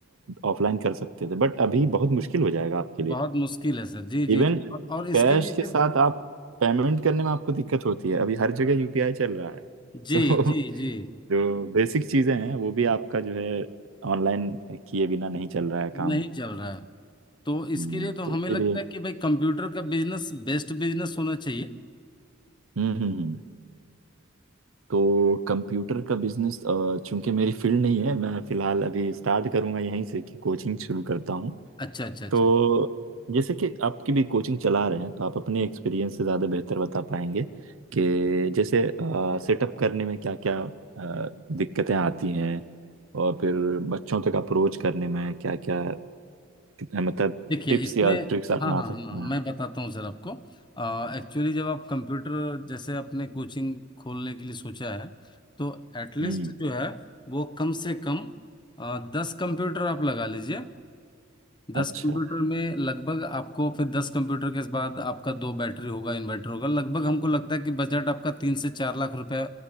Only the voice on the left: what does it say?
बहुत मुश्किल है सर जी जी
जी और और इसके
लिए
फिर
जी
जी
जी
नहीं चल रहा है तो
इसके लिए तो
हमें
लगता है कि भाई कंप्यूटर का बिजनेस बेस्ट बिजनेस होना चाहिए
अच्छा अच्छा अच्छा
देखिए
इसमें
हाँ हाँ हाँ
हाँ,
मैं बताता हूँ सर आपको एक्चुअली जब आप कंप्यूटर जैसे आपने कोचिंग खोलने के लिए सोचा है तो एटलीस्ट
जो है वो कम से कम आ, दस कंप्यूटर आप लगा लीजिए दस
कंप्यूटर में लगभग आपको फिर दस कंप्यूटर के बाद आपका दो बैटरी होगा इन्वर्टर होगा लगभग हमको लगता है कि बजट आपका तीन से चार लाख रुपए